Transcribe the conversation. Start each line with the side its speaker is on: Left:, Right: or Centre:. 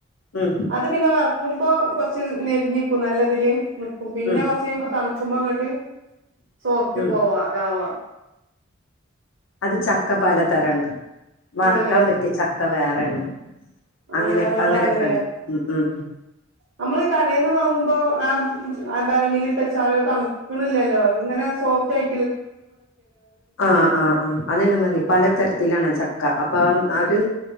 Left: ഉം
Right: അത് പിന്നെ വ നക്കുമ്പ കൊറച്ച് നെരിക്കും നല്ലതില് നക്കും പിന്നെ
Left: ഉം
Right: കൊറച്ച് കഴുമ്പോ തണുക്കുമ്പോ അങ്ങോട്ട് സോഫറ്റ്
Left: ഉം
Right: പോവാ ആവാ
Left: അത് ചക്ക പലതറുണ്ട് വറക്കാൻ
Right: ഇണ്ടല്ലേ
Left: പറ്റിയ ചക്ക വേറൊണ്
Right: ഏഹ്
Left: അങ്ങനെെ
Right: അതോണ്ടാണല്ലേ
Left: അങ്ങനെയൊക്കെ ഉണ്ട് ഉ ഉ ഉ
Right: നമ്മള് കടയിൽന്ന് വാങ്ങുമ്പോ ആ ഭരണിൽ ആ സ്ഥാനം തണുക്കണില്ലല്ലോ ഇങ്ങനെ സോഫ്റ്റ് ആയി
Left: ആഹ് ആഹ് ആ അതന്നെ മതി പലതരത്തിലാണ് ച ചക്ക അപ്പൊ ആര്